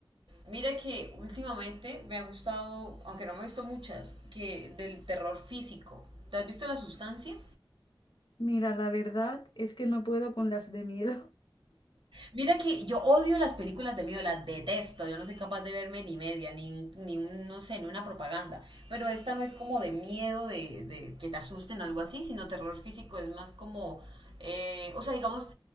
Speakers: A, on the right; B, on the left.
A: mira que últimamente me ha gustado, aunque no me he visto muchas, que del terror físico. ¿Te has visto La Sustancia?
B: Mira, la verdad es que no puedo con las de miedo.
A: Mira que yo odio las películas de miedo, las detesto, yo no soy capaz de verme ni media, ni, un- ni un, no sé, ni una propaganda, pero esta no es como de miedo, de, de que te asusten o algo así, sino terror físico, es más como, eh, o sea, digamos,